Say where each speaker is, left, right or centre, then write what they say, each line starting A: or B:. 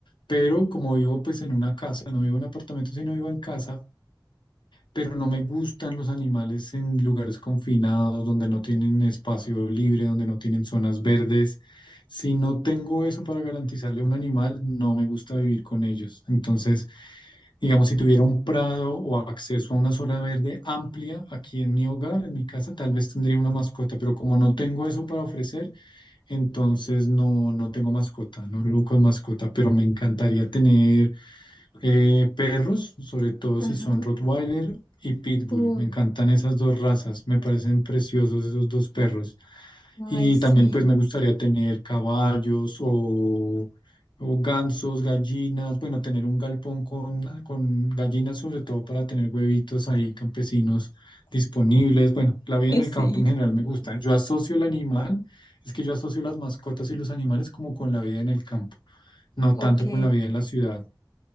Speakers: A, on the left; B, on the left.
A: pero como vivo pues en una casa, no vivo en apartamento, sino vivo en casa, pero no me gustan los animales en lugares confinados, donde no tienen espacio libre, donde no tienen zonas verdes. Si no tengo eso para garantizarle a un animal, no me gusta vivir con ellos. Entonces... Digamos, si tuviera un prado o acceso a una zona verde amplia aquí en mi hogar, en mi casa, tal vez tendría una mascota, pero como no tengo eso para ofrecer, entonces no, no tengo mascota, no vivo con mascota, pero me encantaría tener eh, perros, sobre todo
B: Ajá.
A: si son Rottweiler y Pitbull.
B: Uy.
A: Me encantan esas dos razas, me parecen preciosos esos dos perros.
B: ay,
A: Y
B: sí,
A: también pues me gustaría tener caballos o, o gansos, gallinas, bueno, tener un galpón con, con gallinas sobre todo para tener huevitos ahí campesinos disponibles. Bueno, la vida
B: <laughs>
A: en el
B: sí.
A: campo en general me gusta. Yo asocio el animal, es que yo asocio las mascotas y los animales como con la vida en el campo, no
B: Ok,
A: tanto con la vida en la ciudad.